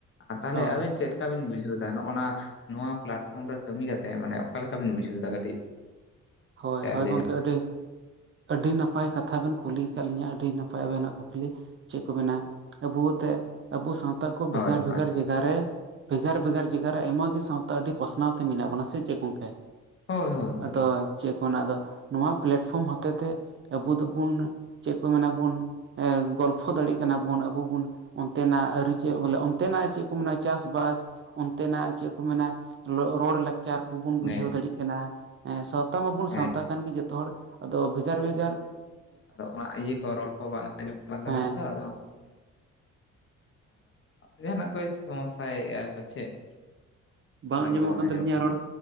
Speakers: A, on the left (about 45°); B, on the right (about 40°).
A: ᱛᱟᱦᱚᱞᱮ
B: ᱦᱳᱭ
A: ᱟᱵᱤᱱ ᱪᱮᱫ ᱞᱮᱠᱟ ᱪᱮᱫ ᱞᱮᱠᱟ ᱵᱤᱱ ᱵᱩᱡᱷᱟᱹᱣ ᱮᱫᱟ ᱱᱚᱜᱼ ᱚᱠᱟ ᱵᱤᱱ ᱵᱩᱡᱷᱟᱹᱣ ᱫᱟ ᱱᱚᱜ ᱱᱟ ᱯᱞᱟᱴᱯᱷᱚᱨᱚᱢ ᱨᱮ ᱠᱟᱹᱢᱤ ᱠᱟᱛᱮᱜ ᱢᱟᱱᱮ ᱚᱠᱟ ᱞᱮᱠᱟ ᱵᱤᱱ ᱵᱩᱡᱷᱟᱹᱣᱟ ᱠᱟᱹᱴᱤᱡ
B: ᱦᱳᱭ ᱦᱳᱭ
A: ᱞᱟᱹᱭ
B: ᱜᱚᱢᱠᱮ
A: ᱞᱮ
B: ᱟᱹᱰᱤ ᱟᱹᱰᱤ ᱱᱟᱯᱟᱭ ᱠᱟᱛᱷᱟ ᱵᱤᱱ ᱠᱩᱞᱤ ᱟᱠᱟᱫ ᱞᱤᱧᱟᱹ ᱟᱹᱰᱤ ᱱᱟᱯᱟᱭ ᱟ. ᱵᱤᱱᱟᱜ ᱠᱩᱠᱞᱤ᱾ ᱪᱮᱫ ᱠᱚ ᱢᱮᱱᱟ ᱟ. ᱵᱩ ᱛᱮ ᱟ. ᱵᱩ ᱥᱟᱶᱛᱟ ᱠᱚ ᱵᱷᱮᱜᱟᱨ
A: ᱦᱳᱭ
B: ᱵᱷᱮᱜᱟᱨᱼᱼᱼ
A: ᱦᱳᱭ
B: ᱡᱟᱭᱜᱟ ᱨᱮ ᱵᱷᱮᱜᱟᱨ ᱵᱷᱮᱜᱟᱨ ᱡᱟᱭᱟᱨ ᱨᱮ ᱟᱭᱢᱟ ᱜᱮ ᱥᱟᱶᱛᱟ ᱟᱹᱰᱤ ᱯᱟᱥᱱᱟᱣ ᱛᱮ ᱢᱮᱱᱟᱜ ᱵᱚᱱᱟ ᱥᱮ ᱪᱮᱫ ᱜᱚᱝᱠᱮ?
A: ᱦᱳᱭ ᱦᱳᱭ ᱦᱳᱭ
B: ᱟᱫᱚ ᱪᱮᱫ ᱠᱚ ᱢᱮ ᱟᱫᱚ ᱱᱚᱣᱟ ᱯᱮᱞᱮᱴᱯᱷᱚᱨᱚᱢ ᱦᱚᱛᱮ ᱛᱮ ᱟ. ᱵᱚ ᱫᱚᱵᱚᱱᱼᱼᱼ ᱪᱮᱫ ᱠᱚ ᱢᱮᱱᱟ ᱵᱚᱱ ᱜᱚᱞᱯᱷᱚ ᱫᱟᱲᱮᱭᱟᱜ ᱠᱟᱱᱟ ᱵᱚᱱ ᱟᱵᱚ ᱵᱚᱱ᱾ ᱚᱱᱛᱮᱱᱟᱜ ᱟᱹᱨᱤᱪᱟᱹ ᱵᱚᱞᱮ ᱚᱱᱛᱮᱱᱟᱜ ᱪᱮᱫ ᱠᱚ ᱢᱮᱱᱟ ᱪᱟᱥᱵᱟᱥᱼᱼᱼ ᱚᱱᱛᱮᱱᱟᱜ ᱪᱮᱫ ᱠᱚ ᱢᱮᱱᱟ ᱨᱚᱲ ᱞᱟᱠᱪᱟᱨᱼᱼᱼ ᱟᱵᱚ ᱵᱚᱱ ᱵᱩᱡᱷᱟᱹᱣ
A: ᱚᱱᱮ
B: ᱫᱟᱲᱮᱭᱟᱜ ᱠᱟᱱᱟ ᱦᱮᱸ ᱥᱟᱶᱛᱟ ᱢᱟᱵᱚᱱ ᱥᱟᱶᱛᱟ
A: ᱦᱮᱸ
B: ᱠᱟᱱ ᱜᱮ ᱡᱚᱛᱚ ᱦᱚᱲ ᱟᱫᱚ ᱵᱷᱮᱜᱟᱨ ᱵᱷᱮᱜᱟᱨᱼᱼᱼ
A: ᱟᱫᱚ ᱚᱱᱟ ᱤᱭᱟᱹ ᱠᱚ ᱨᱚᱲ ᱠᱚ ᱵᱟᱝ ᱟᱸᱡᱚᱢᱚᱜ ᱠᱟᱱ ᱛᱟ.
B: ᱦᱮᱸ
A: ᱵᱤᱱᱟ ᱛᱚ ᱟᱫᱚᱼᱼᱼ <inaudible> ᱡᱟᱦᱟᱱᱟᱜ ᱠᱚᱭ ᱥᱚᱢᱚᱥᱥᱟᱭᱮᱫ ᱟᱭ ᱯᱟᱪᱷᱮᱫ
B: ᱵᱟᱝ
A: ᱨᱚᱲ
B: ᱟᱸᱡᱚᱢᱚᱜ
A: ᱠᱚ
B: ᱠᱟᱱ ᱛᱟᱹᱞᱤᱧᱟ
A: ᱠᱟᱱᱟ
B: ᱨᱚᱲ